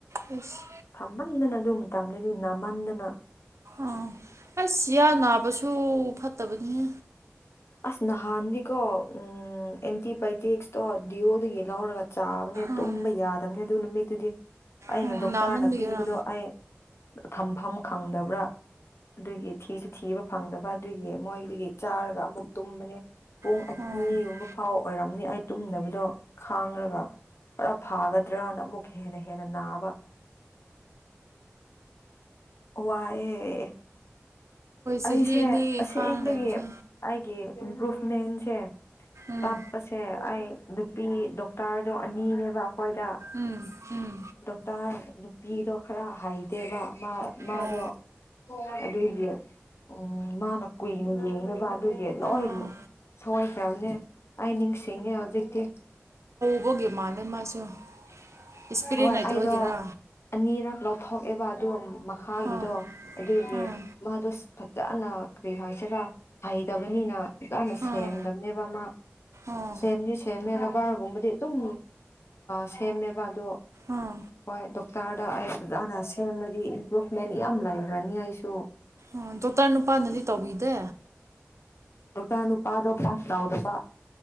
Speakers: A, on the right; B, on the left.
A: ꯑꯁ
B: ꯁꯝꯃꯟꯗꯅ ꯑꯗꯨ ꯃꯇꯝꯗꯩꯗꯤ ꯝꯃꯟꯗꯅ
A: ꯑ ꯑꯩꯁ ꯁꯤꯌꯥ ꯅꯥꯕꯁꯨ ꯐꯠꯇꯕꯅꯤ
B: ꯑꯁ ꯅꯍꯥꯟꯗꯤꯀꯣ ꯎꯝ ꯑꯦꯟꯇꯤꯕꯥꯌꯣꯇꯤꯛꯁꯇꯣ ꯗꯤꯑꯣꯗꯒꯤ ꯂꯧꯔꯒ ꯆꯥꯕꯅꯦ
A: ꯑꯥ
B: ꯇꯨꯝꯕ ꯌꯥꯗꯕꯅꯦ ꯑꯗꯨ ꯅꯨꯃꯤꯠꯇꯨꯗꯤ ꯑꯩꯅ
A: ꯑꯣ
B: ꯗꯣꯛꯇꯔꯅ
A: ꯅꯥꯃꯟꯕꯒꯤꯔꯥ
B: ꯄꯤꯕꯗꯣ ꯑꯩ ꯊꯝꯐꯝ ꯈꯪꯗꯕ꯭ꯔꯥ ꯑꯗꯨꯒꯤ ꯊꯤꯁꯨ ꯊꯤꯕ ꯐꯪꯗꯕ ꯑꯗꯨꯒꯤ ꯃꯣꯏꯗꯨꯒꯤ ꯆꯥꯔꯒ ꯑꯃꯨꯛ ꯇꯨꯝꯕꯅꯤ ꯄꯨꯡ
A: ꯍꯣꯏ
B: ꯑꯅꯤꯒꯨꯝꯕ ꯐꯥꯎ ꯑꯣꯏꯔꯝꯅꯤ ꯑꯩ ꯇꯨꯝꯗꯕꯗꯣ ꯈꯥꯡꯂꯒ ꯑꯣꯔ ꯐꯥꯒꯗ꯭ꯔꯥꯅ ꯑꯃꯨꯛꯅꯦ ꯍꯦꯟꯅ ꯅꯥꯕ ꯋꯥꯏꯌꯦ
A: ꯆꯍꯤ
B: ꯑꯩꯁꯦ
A: ꯑꯅꯤ
B: ꯑꯁꯦꯡꯕꯒꯤ
A: ꯐꯥꯅ ꯂꯩꯕꯁꯦ
B: ꯑꯩꯒꯤ ꯏꯝꯄ꯭ꯔꯨꯚꯃꯦꯟꯁꯦ
A: ꯎꯝ
B: ꯇꯥꯞꯄꯁꯦ ꯑꯩ ꯅꯨꯄꯤ ꯗꯣꯛꯇꯔꯗꯣ ꯑꯅꯤꯅꯦꯕ ꯑꯩꯈꯣꯏꯗ
A: ꯎꯝ ꯎꯝ
B: ꯗꯣꯛꯇꯔ ꯅꯨꯄꯤꯗꯣ ꯈꯔ ꯍꯩꯗꯦꯕ ꯃꯥ ꯃꯥꯗꯣ
A: ꯑꯣ
B: ꯑꯗꯨꯏꯗꯤ ꯎꯝ ꯃꯥꯅ ꯀꯨꯏꯅ ꯌꯦꯡꯅꯕ ꯑꯗꯨ ꯂꯣꯏ
A: ꯑꯥ
B: ꯁꯑꯣꯏꯈ꯭ꯔꯕꯅꯦ ꯑꯩ ꯅꯤꯡꯁꯤꯡꯉꯦ ꯍꯧꯖꯤꯛꯇꯤ
A: ꯎ ꯃꯥꯟ ꯃꯥꯁꯨ ꯑꯦꯛꯁꯄꯤꯔꯤꯌꯦꯟ
B: ꯍꯣꯏ
A: ꯂꯩꯇꯕꯒꯤꯔ
B: ꯑꯩꯗꯣ ꯑꯅꯤꯔꯛ ꯂꯧꯊꯣꯛꯑꯦꯕ ꯑꯗꯨ ꯃꯈꯥꯒꯤꯗꯣ
A: ꯑꯥ
B: ꯑꯗꯨꯒꯤ
A: ꯑꯥ
B: ꯃꯥꯗꯣ ꯐꯖꯅ ꯀ꯭ꯔꯤ ꯍꯥꯏꯁꯤꯔ ꯍꯩꯇꯕꯅꯤꯅ ꯏꯖꯅ ꯁꯦꯝꯗꯕꯅꯦꯕ
A: ꯑꯥ
B: ꯑꯃ
A: ꯑꯥ
B: ꯁꯦꯝꯗꯤ ꯁꯦꯝꯃꯦ ꯕꯥꯔꯒꯨꯝꯕꯗꯤ ꯑꯗꯨꯝ ꯁꯦꯝꯃꯦꯕ ꯑꯣ
A: ꯑꯥ
B: ꯍꯣꯏ ꯇꯥꯔꯗ ꯑꯩ ꯐꯖꯥꯅ ꯁꯦꯝꯃꯗꯤ ꯏꯝꯄ꯭ꯔꯨꯚꯃꯦꯟ ꯌꯥꯝ ꯂꯩꯈ꯭ꯔꯅꯤ ꯑꯩꯁꯨ
A: ꯑꯥ ꯗꯣꯛꯇꯔ ꯅꯨꯄꯥꯅꯗꯤ ꯇꯧꯕꯤꯗꯦ
B: ꯑ ꯇꯅ ꯅꯨ ꯄꯗ ꯄꯥꯁ ꯂꯥꯎꯎꯗ ꯄ